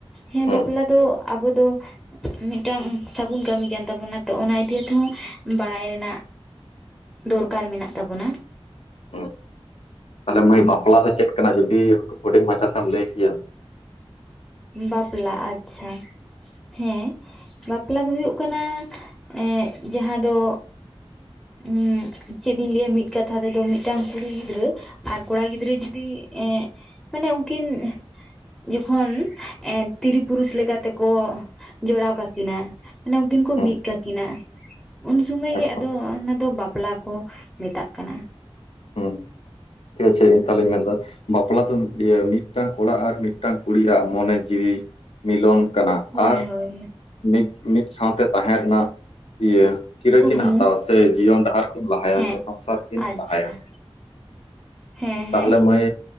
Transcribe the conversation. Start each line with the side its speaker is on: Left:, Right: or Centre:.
Centre: ᱦᱮᱸ
Left: ᱦᱩᱸ
Centre: ᱵᱟᱯᱞᱟ ᱫᱚ ᱟᱵᱚ ᱫᱚ ᱢᱤᱫᱴᱟᱝ ᱥᱟᱹᱜᱩᱱ ᱠᱟᱹᱢᱤ ᱠᱟᱱ ᱛᱟᱵᱚᱱᱟ ᱛᱚ, ᱚᱱᱟ ᱤᱫᱤᱟᱛᱮ ᱦᱚᱸ ᱵᱟᱲᱟᱭ ᱨᱮᱱᱟᱜ ᱫᱚᱨᱠᱟᱨ ᱢᱮᱱᱟᱜ ᱛᱟᱵᱚᱱᱟ ᱾
Left: ᱦᱩᱸ, ᱛᱟᱦᱞᱮ ᱢᱟᱹᱭ, ᱵᱟᱯᱞᱟ ᱫᱚ ᱪᱮᱫ ᱠᱟᱱᱟ? ᱡᱩᱫᱤ ᱦᱩᱰᱤᱧ ᱢᱟᱪᱷᱟ ᱛᱮᱢ ᱞᱟᱹᱭ ᱠᱮᱭᱟ᱾
Centre: ᱵᱟᱯᱞᱟ ᱟᱪᱪᱷᱟ ᱾ ᱦᱮᱸ ᱵᱟᱯᱞᱟ ᱫᱚ ᱦᱩᱭᱩᱜ ᱠᱟᱱᱟ, ᱮᱸᱻ ᱡᱟᱦᱟᱸ ᱫᱚ ᱦᱩᱸᱻ ᱪᱮᱫ ᱤᱧ ᱞᱟᱹᱭᱟ? ᱢᱤᱫ ᱠᱟᱛᱷᱟ ᱛᱮᱫᱚ ᱢᱤᱫᱴᱟᱝ ᱠᱩᱲᱤ ᱜᱤᱫᱽᱨᱟᱹ ᱟᱨ ᱠᱚᱲᱟ ᱜᱤᱫᱽᱨᱟᱹ ᱡᱩᱫᱤ ᱮᱸ, ᱢᱟᱱᱮ ᱩᱱᱠᱤᱱ ᱡᱚᱠᱷᱚᱱ ᱮᱸ ᱛᱤᱨᱤ ᱯᱩᱨᱩᱥ ᱞᱮᱠᱟ ᱛᱮᱠᱚ ᱡᱚᱲᱟᱣ ᱠᱟᱠᱤᱱᱟ, ᱢᱟᱱᱮ ᱩᱱᱠᱤᱱ ᱠᱚ
Left: ᱦᱩᱸ
Centre: ᱢᱤᱫ ᱠᱟᱠᱤᱱᱟ ᱾ ᱩᱱᱥᱩᱢᱟᱹᱭ
Left: ᱮᱠᱫᱚᱢ
Centre: ᱜᱮ ᱟᱫᱚ, ᱚᱱᱟᱫᱚ ᱵᱟᱯᱞᱟ ᱠᱚ ᱢᱮᱛᱟᱜ ᱠᱟᱱᱟ ᱾
Left: ᱦᱩᱸ ᱴᱷᱤᱠ ᱟᱪᱷᱮ, ᱛᱟᱦᱟᱞᱤᱧ ᱢᱮᱱ ᱮᱫᱟ ᱾ ᱵᱟᱯᱞᱟ ᱫᱚ ᱤᱭᱟᱹ, ᱢᱤᱫᱴᱟᱝ ᱠᱚᱲᱟ ᱟᱨ ᱢᱤᱫᱴᱟᱝ ᱠᱩᱲᱤᱭᱟᱜ ᱢᱚᱱᱮ ᱡᱤᱣᱤ ᱢᱤᱞᱚᱱ ᱠᱟᱱᱟ
Centre: ᱦᱳᱭ
Left: ᱟᱨ
Centre: ᱦᱳᱭ
Left: ᱢᱤᱫ, ᱢᱤᱫ ᱥᱟᱶᱛᱮ ᱛᱟᱦᱮᱸ ᱨᱮᱱᱟᱜ, ᱤᱭᱟᱹ ᱠᱤᱨᱟᱹ
Centre: ᱠᱩᱠᱢᱩ
Left: ᱠᱤᱱ ᱦᱟᱛᱟᱣᱟ, ᱥᱮ ᱡᱤᱭᱚᱱ ᱰᱟᱦᱟᱨ ᱠᱤᱱ ᱞᱟᱦᱟᱭᱟ,
Centre: ᱦᱮᱸ
Left: ᱥᱮ ᱥᱚᱝᱥᱟᱨ ᱠᱤᱱ
Centre: ᱟᱪᱪᱷᱟ
Left: ᱞᱟᱦᱟᱭᱟ ᱾
Centre: ᱦᱮᱸ
Left: ᱛᱟᱦᱞᱮ
Centre: ᱦᱮᱸ
Left: ᱢᱟᱹᱭ,